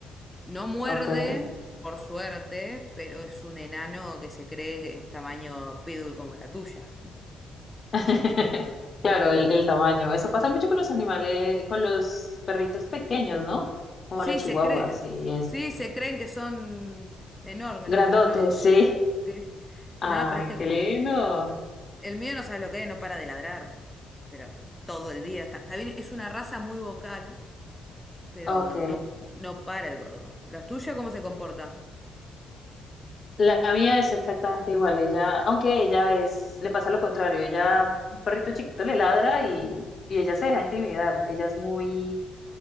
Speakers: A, in the centre; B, on the left.
A: No muerde,
B: ok.
A: por suerte, pero es un enano que se cree que es tamaño pitbull como la tuya.
B: <laughs> Claro, el, el tamaño. Eso pasa mucho con los animales, con los perritos pequeños, ¿no? Como
A: Sí,
B: la chihuahua,
A: se cree,
B: sí, es
A: sí, se creen que son enormes,
B: grandote,
A: pero no.
B: <laughs> sí.
A: Sí.
B: Ay,
A: Nada, pero este,
B: qué lindo.
A: El mío no sabe lo que es, no para de ladrar, pero todo el día está. Está bien, es una raza muy vocal, pero
B: Ok.
A: no, no para el gordo. ¿La tuya cómo se comporta?
B: La mía es exactamente igual. Ella, aunque ella es, le pasa lo contrario. Ella, un perrito chiquito le ladra y, y ella se deja intimidar. Ella es muy